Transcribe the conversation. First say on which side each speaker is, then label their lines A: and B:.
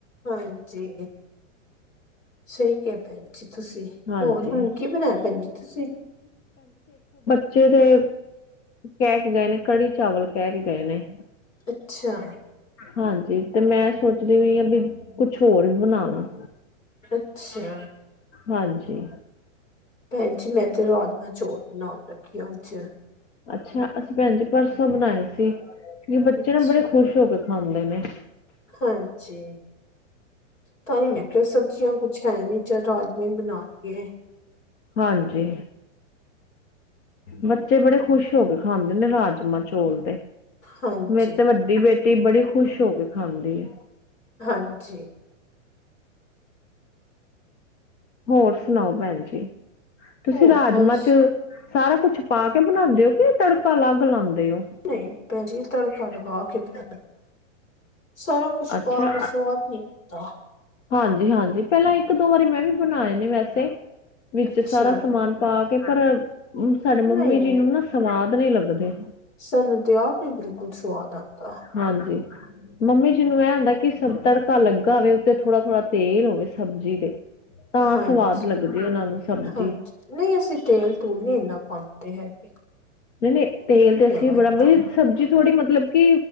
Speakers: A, on the left (about 85°); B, on the left (about 65°).
A: ਹਾਂਜੀ ਸਹੀ ਕਿਹਾ ਭੈਣ ਜੀ ਤੁਸੀਂ
B: ਹਾਂਜੀ
A: ਹੋਰ ਹੁਣ ਕੀ ਬਣਾਇਆ ਭੈਣ ਜੀ ਤੁਸੀਂ
B: ਜਿਦੇ ਕਹਿ ਕੇ ਗਏ ਨੇ ਕੜੀ ਚਾਵਲ ਕਹਿ ਕੇ ਗਏ ਨੇ
A: ਅੱਛਾ
B: ਹਾਂਜੀ ਤੇ ਮੈਂ ਸੋਚਦੀ ਵੀਈ ਹਾਂ ਵੀ ਕੁਛ ਹੋਰ ਬਣਾ ਲਾ
A: ਅੱਛਾ
B: ਹਾਂਜੀ
A: ਭੈਣ ਜੀ ਮੈਂ ਤੇ ਰਾਜਮਾਂ ਚੋਲ ਬਣਾਉਣ ਲੱਗੀ ਅੱਜ
B: ਅੱਛਾ ਅਸੀਂ ਭੈਣ ਜੀ ਪਰਸੋਂ ਬਨਾਏ ਸੀ ਕਿਉਕਿ ਬੱਚੇ
A: ਅੱਛਾ
B: ਨਾ ਬੜੇ ਖੁਸ਼ ਹੋ ਕੇਏ ਹਦੇ ਨੇ
A: ਹਾਂਜੀ ਤਾਂ ਹੀ ਮੈਂ ਕਿਹਾ ਸਬ੍ਜ਼ੀਆਂ ਕੁੱਝ ਹੈ ਨੀ ਚਾਰਜ ਨੇ ਬਣਾ ਲਏ
B: ਹਾਂਜੀ ਬੱਚੇ ਬੜੇ ਖੁਸ਼ ਹੋ ਕੇ ਖਾਂਦੇ ਨੇ ਰਾਜਮਾਂ ਚੋਲ ਤੇ
A: ਹਾਂਜੀ
B: ਮੇਰੀ ਤੇ ਵੱਡੀ ਬੇਟੀ ਬੜੀ ਖੁਸ਼ ਹੋ ਕੇ ਖਾਂਦੀ ਆ
A: ਹਾਂਜੀ
B: ਹੋਰ ਸੁਣਾਓ ਭੈਣ ਜੀ ਤੁਸੀਂ
A: ਹੋਰ
B: ਰਾਜਮਾਂ
A: ਬਸ
B: ਚ ਸਾਰਾ ਕੁਛ ਪਾ ਕੇ ਬਣਾਉਂਦੇ ਹੋ ਕਿ ਤੜਕਾ ਅਲੱਗ ਲਾਉਂਦੇ ਹੋ
A: ਨਹੀਂ ਭੈ ਜ ਤੜਕਾ ਲਗਾ ਕੇ ਬ ਸਾਰਾ ਕੁਛ
B: ਅੱਛਾ
A: ਪਾ ਕੇ ਸਵਾਦ ਨੀ ਆਦਾ
B: ਹਾਂਜੀ ਹਾਂਜੀ ਪਹਿਲਾਂ ਇੱਕ ਦੋ ਵਾਰੀ ਮੈਂ ਵੀ ਬਣਾਏ ਨੇ ਵੈਸੇ ਵਿੱਚ
A: ਅੱਛਾ।
B: ਸਾਰਾ ਸਮਾਨ ਪਾ ਕੇ ਪਰ ਸਾਡੇ ਮੰਮੀ
A: ਨਹੀਂ-ਨਹੀਂ
B: ਜੀ ਨੂੰ ਨਾ ਸਵਾਦ ਨੀ ਲੱਗਦੇ
A: ਸਾਨੂੰ ਤੇ ਆਪ ਹੀ ਬਿਲਕੁਲ ਸਵਾਦ ਆਉਂਦਾ
B: ਹਾਂਜੀ ਮੰਮੀ ਜਿਹਨੂੰ ਇਹ ਹੁੰਦਾ ਕਿ ਸ ਤੜਕਾ ਲੱਗਾ ਹੋਵੇ ਉੱਤੇ ਥੋੜਾ- ਥੋੜਾ ਤੇਲ ਹੋਵੇ ਸਬਜ਼ੀ ਦੇ। ਤਾਂ
A: ਹਾਂਜੀ-ਹਾਂਜੀ
B: ਸਵਾਦ ਲੱਗਦੀ ਉਹਨਾਂ ਨੂੰ ਸਬਜ਼ੀ
A: ਨਹੀ ਅਸੀ ਤੇਲ ਤੂਲ ਨੀ ਇੰਨਾ ਪਾਉਂਦੇ ਹੈਗੇ।
B: ਨਈਂ-ਨਈਂ ਤੇਲ ਤੇ
A: ਨੀ
B: ਅਸੀਂ
A: ਹੈਗਾ
B: ਬੜਾ
A: ਇੰਨਾ
B: ਮਤ ਸਬਜ਼ੀ ਥੋੜ੍ਹੀ ਮਤਲਬ ਕਿ